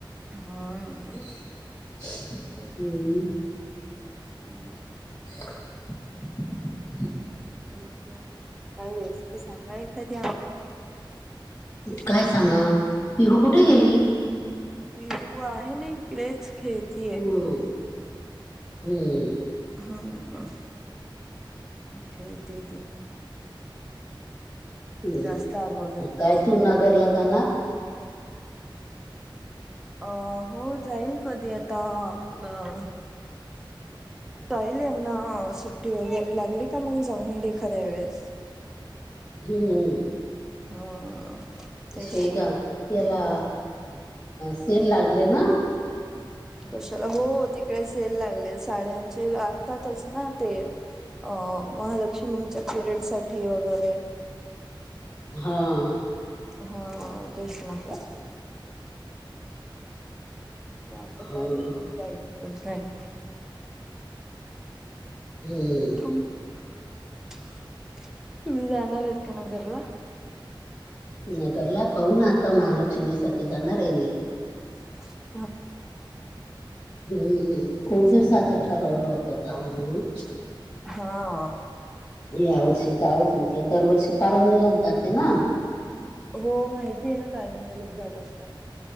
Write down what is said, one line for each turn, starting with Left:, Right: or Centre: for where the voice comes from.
Centre: हम्म
Left: हम्म
Centre: तेच. हम्म
Left: <inaudible>
Centre: ओके काही रेसिपी सांगा एखादी आम्हाला.
Left: काय सांगा. पिहू कुठे गेली?
Centre: पीहु आहे ना इकडेच. खेळतीय
Left: हो हम्म
Centre: हम्म खेळतीये ती.
Left: हम्म
Centre: जास्त आगाव झाली
Left: काय
Centre: ती
Left: तू नगरला जाणार.
Centre: अ हो जाईल कधी आता अ जाईल यांना सुट्टी वगैरे लागली का मग जाऊन एखाद्या वेळेस.
Left: हम्म
Centre: हम्म तेच
Left: शेगाव
Centre: ना.
Left: याला सेल लागले ना.
Centre: कशाला हो तिकडे सेल लागले साड्यांचे लागतातच ना ते. अ महालक्ष्मींच्या पिरेयड साठी वगैरे.
Left: हां
Centre: हा तेच ना तेच. हा तो
Left: हो
Centre: पाहिलच
Left: ना
Centre: कधी जायचं कधी नाही.
Left: हम्म
Centre: तुम्ही जाणार आहेत का नगरला?
Left: नगरला पाहूना आता महालक्ष्मीसाठी जाणार आहे मी.
Centre: <inaudible>
Left: हम्म
Centre: तेच
Left: खूप दिवसाच ठरवलं होतं जाऊ म्हणून.
Centre: हां
Left: या वर्षी जावंच म्हटलं दरवर्षी कारंजीलाच जाते ना.
Centre: हो माहितीय ना कारंजाला जात असता.